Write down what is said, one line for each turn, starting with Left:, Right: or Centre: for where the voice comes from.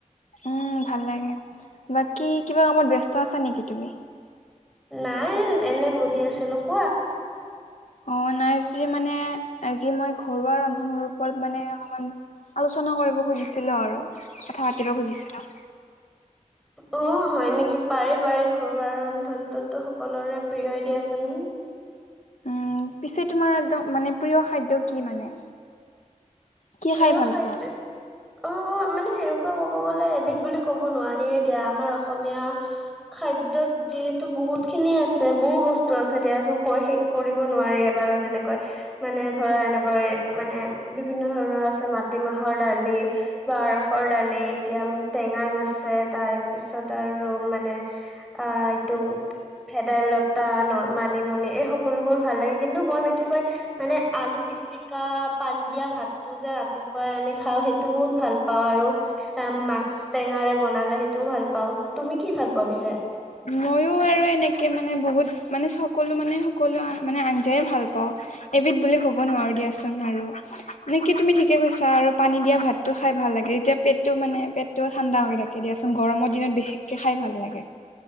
Left: উম, ভাল লাগে, বাকী কিবা কামত ব্যস্ত আছা নেকি তুমি?
Centre: নাই এল এনে বহি আছিলোঁ কোৱা?
Left: অ, নাই একচুলি মানে আজি মই ঘৰুৱা ৰন্ধনৰ ওপৰত মানে অলমান আলোচনা কৰিব খুজিছিলোঁ আৰু কথা পাতিব খুজিছিলোঁ।
Centre: অ, হয় নেকি? পাৰি -পাৰি ঘৰুৱা ৰন্ধনটোতো সকলোৰে প্ৰিয়ই দিয়াচোন।
Left: উম, পিছে তোমাৰ একদম মানে প্ৰিয় খাদ্য কি মানে? কি
Centre: প্ৰিয়
Left: খাই ভাল
Centre: খাদ্য
Left: পোৱা
Centre: অ, মানে সেনেকুৱা ক'ব গ'লে এবিধ বুলি ক'ব নোৱাৰিয়ে দিয়া আমাৰ অসমীয়া খাদ্যত যিহেতু বহুত খিনি আছে বহু বস্তু আছে দিয়াচোন কৈ শেষ কৰিব নোৱাৰি এবাৰ তেনেকৈ মানে ধৰা এনেকৈ মানে বিভিন্ন ধৰণৰ আছে মাটিমাহৰ দালি বা ৰহৰ দালি এতিয়া টেঙাই মাছে তাৰ পিছত আৰ মানে অ, এইটো ভেদাইলতা ন' মানিমুনি এই সকলোবোৰ ভাল লাগে কিন্তু মই বেছিকৈ মানে আলু পিটিকা, পান দিয়া ভাত টো যে ৰাতিপুৱাই আমি খাওঁ সেইটো বহুত ভাল পাওঁ আৰু অ, মাছ টেঙাৰে বনালে সেইটোও ভাল পাও তুমি কি ভাল পোৱা পিছে?
Left: ময়ো আৰু এনেকে মানে বহুত মানে সকলো মানে সকলো মানে আঞ্জাই ভাল পাওঁ এবিধ বুলি ক'ব নোৱাৰো দিয়াচোন আৰু নে কি তুমি ঠিকে কৈছা আৰু পানী দিয়া ভাত ভাতটো খাই ভাল লাগে, তেতিয়া পেটটো মানে পেটটোও ঠাণ্ডা হৈ থাকে দিয়াচোন গৰমৰ দিনত বেছি বেছিকে খাই ভাল লাগে